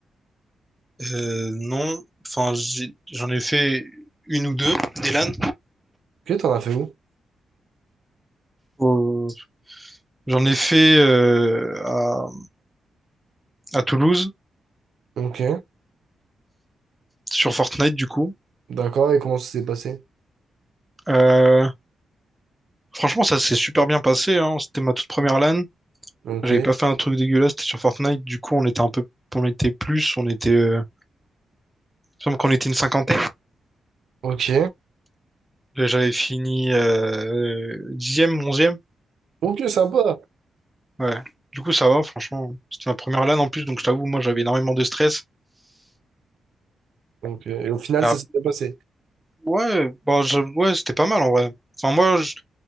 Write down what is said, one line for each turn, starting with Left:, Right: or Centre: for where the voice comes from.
Centre: euh, non, enfin, j'ai- j'en ai fait une ou deux, des LAN.
Right: Ok, t'en as fait où?
Centre: Au- J'en ai fait euh, à, à Toulouse,
Right: Ok,
Centre: sur Fortnite, du coup.
Right: d'accord, et comment ça s'est passé?
Centre: Euh, franchement, ça s'est super bien passé, hein. C'était ma toute première LAN.
Right: Ok,
Centre: J'avais pas fait un truc dégueulasse, c'était sur Fortnite. Du coup, on était un peu, on était plus, on était, euh, il me semble qu'on était une cinquantaine.
Right: ok,
Centre: Là, J'avais fini euh, dixième, onzième.
Right: ok, sympa.
Centre: Ouais. Du coup, ça va, franchement. C'était ma première LAN en plus, donc je t'avoue, moi, j'avais énormément de stress.
Right: Ok, Et au final,
Centre: Ah,
Right: ça s'est bien passé.
Centre: ouais, bah, je- ouais, c'était pas mal en vrai. Enfin, moi, je,